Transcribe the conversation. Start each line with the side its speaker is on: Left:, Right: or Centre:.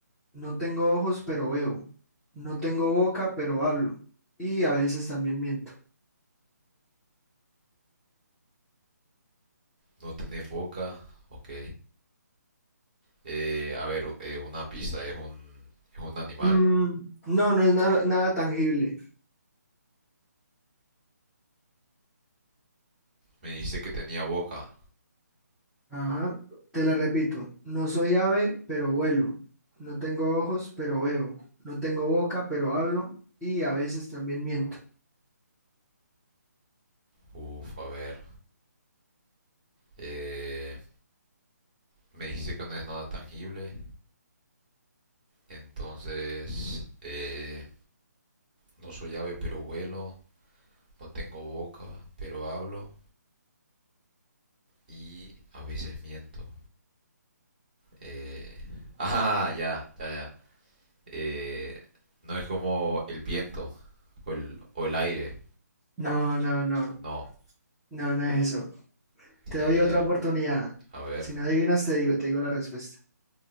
Centre: No tengo ojos, pero veo. No tengo boca, pero hablo. Y a veces también miento.
Right: No tenés boca. Ok. Eh, a ver, eh, una pista. Es un, es un animal.
Centre: Mm, no, no es nada nada tangible.
Right: Me dijiste que tenía boca.
Centre: Ajá, te la repito. No soy ave, pero vuelo. No tengo ojos, pero veo. No tengo boca, pero hablo. Y a veces también miento.
Right: Uf, a ver. Eh, me dijiste que no es nada tangible. Entonces, eh, No soy ave pero vuelo, no tengo boca pero hablo y a veces miento. Eh, <laughs> Ah, ya, ya, ya. Eh, no es como el viento o el, o el aire,
Centre: No, no, no.
Right: no.
Centre: No, no es eso.
Right: Eh,
Centre: Te doy otra oportunidad.
Right: a ver,
Centre: Si no adivinas, te digo, te digo la respuesta.